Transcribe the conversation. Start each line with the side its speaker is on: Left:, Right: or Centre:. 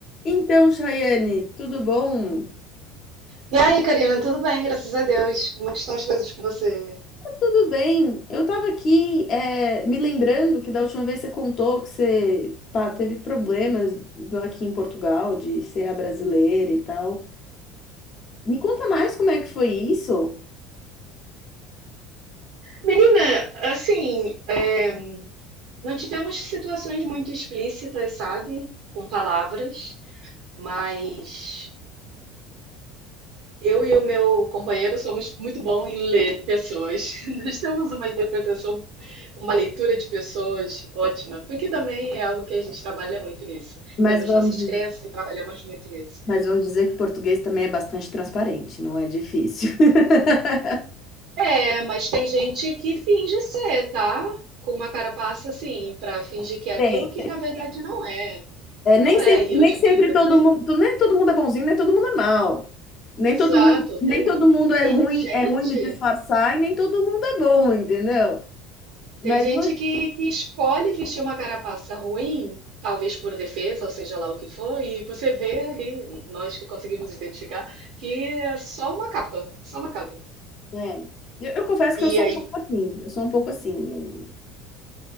Left: Então, Chayane, tudo bom?
Right: E aí, Karina, tudo bem? Graças a Deus. Como é que estão as coisas com você?
Left: Tudo bem. Eu estava aqui é, me lembrando que da última vez você contou que você pá, teve problemas aqui em Portugal de ser a brasileira e tal. Me conta mais como é que foi isso?
Right: Menina, assim, é, não tivemos situações muito explícitas, sabe? Com palavras, mas eu e o meu companheiro somos muito bons em ler pessoas. <laughs> Nós temos uma interpretação, uma leitura de pessoas ótima, porque também é algo que a gente trabalha muito nisso.
Left: Mas
Right: Temos
Left: vamos,
Right: nossas
Left: diz-
Right: crenças e trabalhamos muito nisso.
Left: mas vamos dizer que português também é bastante transparente, não é difícil. <laughs>
Right: É, mas tem gente que finge ser, tá? Com uma carapaça assim, pra fingir que é aquilo
Left: Tem.
Right: que na verdade não é.
Left: É,
Right: Não
Left: nem sempre,
Right: é. E eu
Left: nem
Right: te
Left: sempre
Right: digo
Left: todo
Right: que,
Left: mundo, nem todo mundo é bonzinho, nem todo mundo é mal. Nem
Right: exato,
Left: todo mundo, nem
Right: tem,
Left: todo mundo é
Right: tem
Left: ruim,
Right: gente,
Left: é ruim de disfarçar e nem todo mundo é bom, entendeu? Mas
Right: tem gente
Left: no-
Right: que, que escolhe vestir uma carapaça ruim, talvez por defesa, ou seja lá o que for, e você vê ali, nós que conseguimos identificar, que é só uma capa, só uma capa.
Left: é, eu, eu confesso
Right: E
Left: que eu sou
Right: aí
Left: um pouco assim, eu sou um pouco assim, eu-